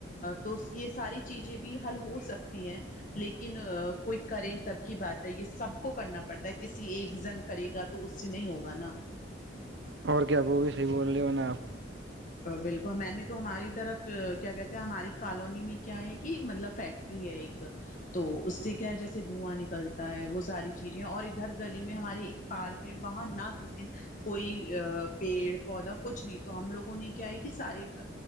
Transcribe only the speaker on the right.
اور کیا وہ بھی صحی بول رہے ہو نا آپ